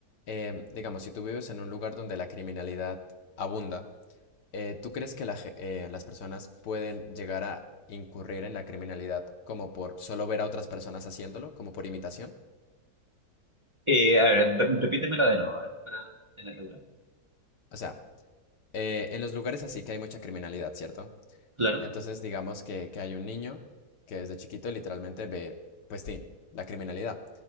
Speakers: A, on the left; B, on the right.
A: eh, digamos, si tú vives en un lugar donde la criminalidad abunda, eh, ¿tú crees que la ge- eh, las personas pueden llegar a incurrir en la criminalidad como por solo ver a otras personas haciéndolo, como por imitación?
B: Eh, a ver, re- repítemela de nuevo, a ver, para tenerla clara.
A: O sea, eh, en los lugares así que hay mucha criminalidad, ¿cierto?
B: Claro,
A: Entonces, digamos que, que hay un niño que desde chiquito literalmente ve, pues, tin, la criminalidad.